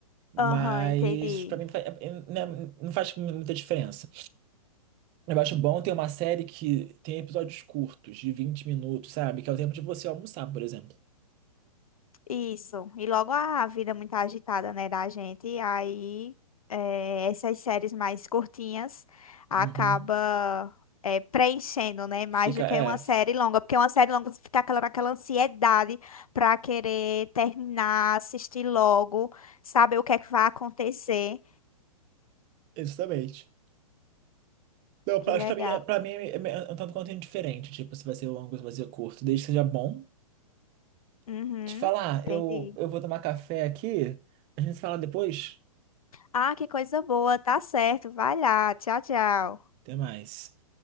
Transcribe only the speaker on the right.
Mas,
pra mim, fa- é- é- né, não faz muita diferença. Eu acho bom ter uma série que tem episódios curtos, de 20 minutos, sabe? Que é o tempo de você almoçar, por exemplo.
Uhum.
Fica,
é,
exatamente. Não,
pra,
acho que pra mim, é- pra mim é é um tanto quanto indiferente. Tipo, se vai ser longo, se vai ser curto, desde que seja bom.
Te falar,
eu, eu vou tomar café aqui, a gente se fala depois.
Até mais.